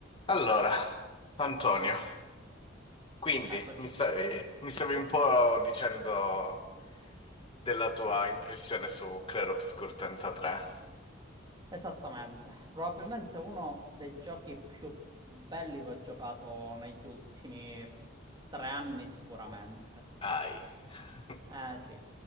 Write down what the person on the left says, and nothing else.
Allora, Antonio, quindi
mi stavi, mi stavi un po' dicendo della tua impressione su Clair Obscur 33.
Ai. <laughs>